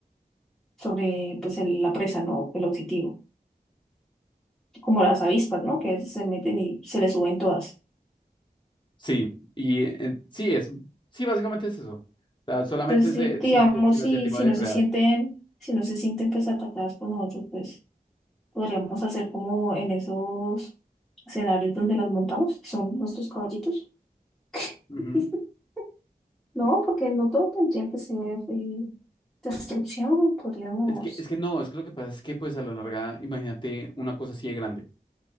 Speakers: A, in the centre; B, on the left.
A: sobre, pues, el- la presa, ¿no? El objetivo. Como las avispas, ¿no? Que se meten y se les suben todas.
B: sí. Y eh, sí, es, sí, básicamente es eso. O sea, solamente
A: Entonces,
B: es
A: sí,
B: de,
A: digamos,
B: si, si la
A: si,
B: sentimos
A: si
B: depredada.
A: no se sienten, si no se sienten, pues, atacadas por nosotros, pues, podríamos hacer como en esos escenarios donde las montamos, que son nuestros caballitos.
B: Ujú.
A: <laughs> No, porque no todo tendría que ser eh, destrucción, podríamos,
B: Es que, es que no, es que lo que pasa es que pues a la larga, imagínate una cosa así de grande.